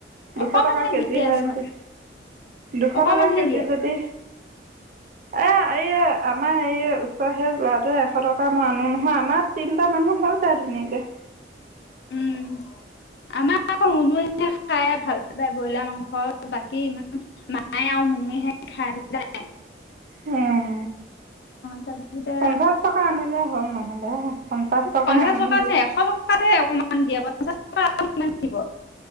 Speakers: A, on the right; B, on the left.
A: দুশ
B: অকমানহে
A: টকা কেজি
B: দিয়েচোন
A: হৈ আছে, দুশ
B: অকমানহে
A: টকা কেজি
B: দিয়ে
A: যদি এ এই আমাৰ এই ওচৰ সেই ল'ৰাটোৱে এশ টকা মই আনো নহয়, আমাৰ তিননিটা মানুহ হৈ যায় ধুনীয়াকে। <inaudible>
B: উম আমাৰ আকৌ মুনুয়ে খাই ভাল পায় ব্ৰইলাৰ মাংস বাকী ইমান মায়ে আৰু মুনুহে খায়
A: উম
B: তাৰপিছতে
A: পঞ্চাশ টকা আনিলে হ'ল নহলে পঞ্চাছ টকা
B: পঞ্চাশ
A: আনিলোঁ
B: টকাত এশ টকাতহে অকমান দিয়ে পঞ্চাশ টকা দিব।